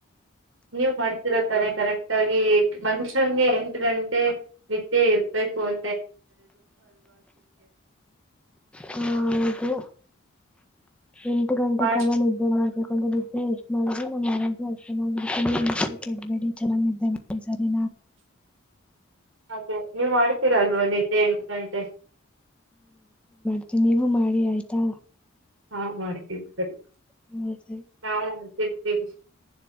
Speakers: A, on the right; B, in the centre.
A: ನೀವ್ ಮಾಡ್ತಿೀರ ತಾನೆ ಕರೆಕ್ಟ್ ಆಗಿ ಮನ್ಷ್ಯಂಗೆ ಎಂಟು ಗಂಟೆ ನಿದ್ದೆ ಇರ್ಬೇಕು ಅ
B: ಹ್ಮ ಇದು ಎಂಟು ಗಂಟೆ
A: ಮಾಡ್
B: ಕಾಲ ನಿದ್ದೆ ಮಾಡ್ಬೇಕೆೆ ಎಷ್ಟು ಮಾಡ ನಮ್ಮ ಆೋಗ್ಯ ಚೆನ್ನ ಇಡ್ಬೇಡಿ ಚೆನ್ನಾಗ ಸರಿ
A: ಅೇ ನೀವ್ ಮಾಡ್ತೀರಾ ಅಲ್ವಾ ನಿಜ ತೇಗ ಗಂಟೆ
B: ಮ ನೀವು ಮಾಡಿ ಆಯ್ತಾ.
A: ಹಾ ಮಾಡ್ತೀನಿ ಸರಿ.
B: ಹ ಸರಿ
A: ನಾವು ಮಾಡ್ತ. ಹ್ಮ್.